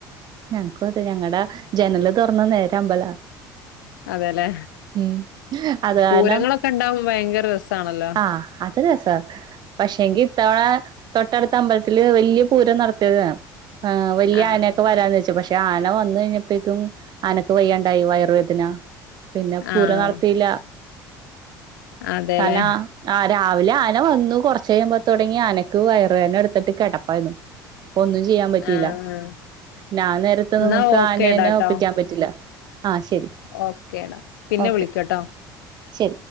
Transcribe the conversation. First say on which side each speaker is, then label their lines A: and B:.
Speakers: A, on the right; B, on the left.
A: ഞങ്ങക്കും അതെ ഞങ്ങടെ ജനല് തുറന്ന നേരെ അമ്പലാ
B: അതെല്ലെ
A: ഉം അത് കാരണം
B: പൂരങ്ങളൊക്കെ ഉണ്ടകുമ്പോ ഭയങ്കര രസണല്ലോ
A: ആഹ് അത് രസാ പക്ഷെങ്കിത്തവണ തൊട്ടടുത്ത അമ്പലത്തില് വല്ല്യ പൂരം നടത്തിയതാണ് വലിയ
B: ആഹ്.
A: ആന വരാന്ന് വെച് പക്ഷെ ആന വന്നു കഴിഞ്ഞപ്പേക്കും ആനക്ക് വയ്യാണ്ടായി വയർവേദന. പിന്നെ പൂരം
B: ആഹ്.
A: നടത്തില്ല
B: അതേല്ലേ.
A: കാരണം. ആഹ് രാവിലെ ആന വന്നു കുറച് കഴിയുമ്പോ തുടങ്ങി ആനക്ക് വയറ് വേദന എടുത്തിട്ട് കിടപ്പായിരുന്നു. അപ്പൊ ഒന്നും ചെയ്യാൻ പറ്റിയില്ല.
B: ആഹ്.
A: ഞാൻ നേരത്തെ
B: എന്നാ
A: നമുക്ക്
B: ഓക്കേടാ
A: ആനനെ
B: ട്ടോ.
A: ഒപ്പിക്കാൻ പറ്റില്ല ആഹ് ശരി.
B: ഓക്കേടാ പിന്നെ
A: ഓക്കെ
B: വിളിക്കട്ടോ.
A: ശരി